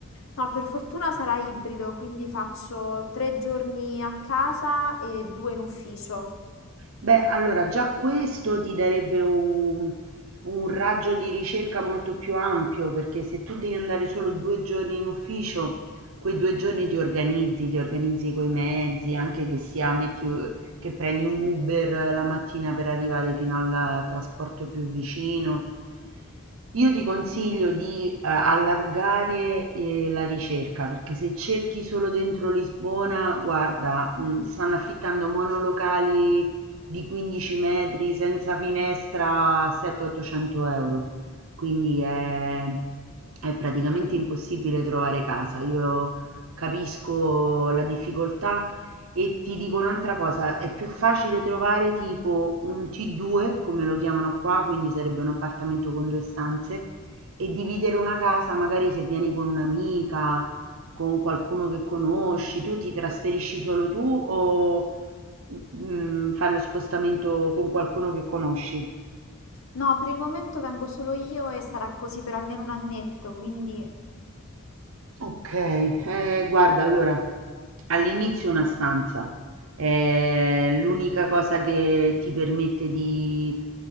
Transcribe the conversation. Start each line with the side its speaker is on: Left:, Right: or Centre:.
Left: No, per fortuna sarà ibrido, quindi faccio tre giorni a casa e due in ufficio.
Right: Beh, allora già questo ti darebbe un, un raggio di ricerca molto più ampio, perché se tu devi andare solo due giorni in ufficio, quei due giorni ti organizzi, ti organizzi coi mezzi, anche che sia metti, che prendi un Uber la mattina per arrivare fino al trasporto più vicino. Io ti consiglio di eh, allargare eh, la ricerca perché se cerchi solo dentro Lisbona, guarda, mh, stanno affittando monolocali di 15 metri senza finestra a 700-800 euro, quindi è, è praticamente impossibile trovare casa. Io capisco la difficoltà e ti dico un'altra cosa, è più facile trovare tipo un T2, come lo chiamano qua, quindi sarebbe un appartamento con due stanze, e dividere una casa, magari se vieni con un'amica, con qualcuno che conosci, tu ti trasferisci solo tu o Mhmm, fai lo spostamento con qualcuno che conosci.
Left: No, per il momento vengo solo io e sarà così per almeno un annetto, quindi
Right: Okay, ehm, guarda allora, all'inizio una stanza è l'unica cosa che ti permette di